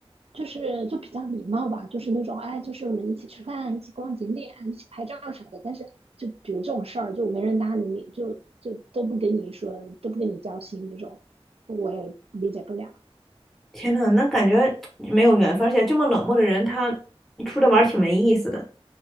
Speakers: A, on the right; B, in the centre.
A: 就是就比较礼貌吧，就是那种哎，就是我们一起吃饭，一起逛景点，一起拍照啥的。但是就比如这种事儿，就没人搭理你，就就都不跟你说，都不跟你交心那种，我也理解不了。
B: 天呐，那感觉没有缘分，而且这么冷漠的人，他出来玩儿挺没意思的。